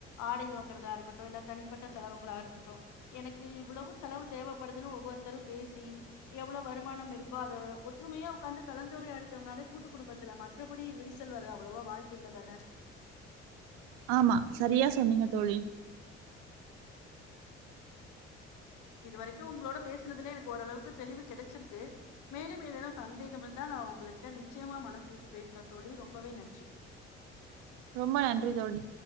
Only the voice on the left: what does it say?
ஆடை வாங்குறதா இருக்கட்டு இல்ல தனிப்பட்ட செலவுகளாக இருக்கட்டு எனக்கு இவ்வளவு செலவு தேவைப்படுதுன்னு ஒவ்வொருத்தரு பேசி எவ்ளோ வருமானம் இருக்கோ அத ஒற்றுமையா உக்காந்து கலந்துரையாடிட்டோம்னாலே கூட்டு குடும்பத்துல மற்றபடி விரிசல் வர அவ்ளவா வாய்ப்பு இல்லதானே
இது வரைக்கு உங்ளோட பேசுனதுல எனக்கு ஓரளவுக்கு தெளிவு கெடச்சிருக்கு மேலு ஏதேனு சந்தேகம் இருந்தா நா உங்ள்கிட்ட நிச்சயமா மனசு விட்டு பேசுறே தோளி ரொம்பவே நன்றி